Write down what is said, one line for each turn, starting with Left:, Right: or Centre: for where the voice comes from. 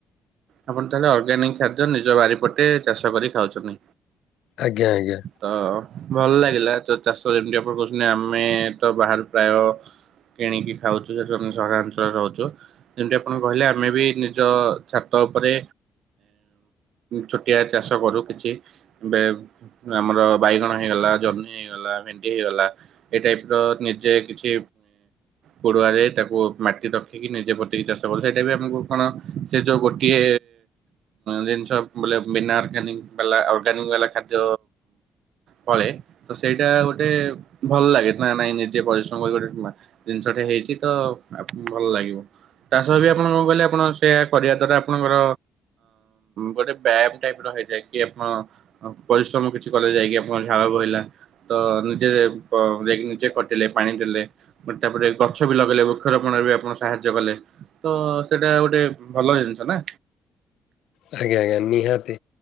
Right: ଆପଣ ତାହେଲେ ଅର୍ଗାନିକ ଖାଦ୍ୟ ନିଜ ବାରି ପଟେ ଚାଷ କରି ଖାଉଛନ୍ତି।
Left: ଆଜ୍ଞା ଆଜ୍ଞା
Right: ତ ଭଲ ଲାଗ ଥିଲା ତ ଚାଷ ଯେମତି ଆପଣ କହୁଛନ୍ତି। ଆମେ ତ ବାହାରେ ପ୍ରାୟ କିଣିକି ଖାଉଛୁ ସେଠୁ ଆମେ ସହରାଞ୍ଚଳରେ ରହୁଛୁ। ଯେମତି ଆପଣ କହିଲେ ଆମେ ବି ନିଜ ଛା ତ ଉପରେ ଛୋଟିଆ ଚାଷ କରୁ। କିଛି ବେ ଆମ ଆମର ବାଇଗଣ ହେଇଗଲା। ଜହ୍ନି ହେଇଗଲା ଭେଣ୍ଡି ହେଇଗଲା। ଏଇ ଟାଇପ୍ ର ନିଜେ କିଛି କୋଡୁଆରେ ତାକୁ ମାଟି ରଖିକି ନିଜେ ବତିକି ଚାଷ କଲେ ସେଇଟା ବି ଆମକୁ କଣ ସେ ଯୋଉ ଗୋ କିଏ ଜିନିଷ ବୋ ବିନା ଅଗାନ ବାଲା ଅର୍ଗାନିକ ବାଲା ଖାଦ୍ୟ କଳେ ତ ସେଇଟା ଗୋଟେ ଭଲ ଲାଗେ। ନା ନାଇଁ ନିଜେ ପରିଶ୍ରମ କରି ଗୋଟେ ଜିନିଷଟେ ହେଇଛି ତ ଭଲ ଲାଗିବ। ଚାଷ ବି ଆପଣ କଣ କହିଲେ ଆପଣ ସେଆ କରିବା ଦ୍ୱାରା ଆପଣଙ୍କର ଗୋଟେ ବ୍ୟାମ୍ ଟାଇପ୍ ର ହେଇଯାଏ। କି ଆପଣ ପରିଶ୍ରମ କିଛି କଲେ ଯାଇକି ଆପଣ ଝାଳ ବହିଲା। ତ ନିଜେ ନିଜେ ଖଟିଲେ ପାଣି ଦେଲେ। ତାପରେ ଗଛ ବି ଲଗେଇଲେ। ବୃକ୍ଷରୋପଣରେ ବି ଆପଣ ସାହାଯ୍ୟ କଲେ। ତ ସେଇଟା ଗୋଟେ ଭଲ ଜିନିଷ ନା।
Left: ଆଜ୍ଞା ଆଜ୍ଞା ନିହାତି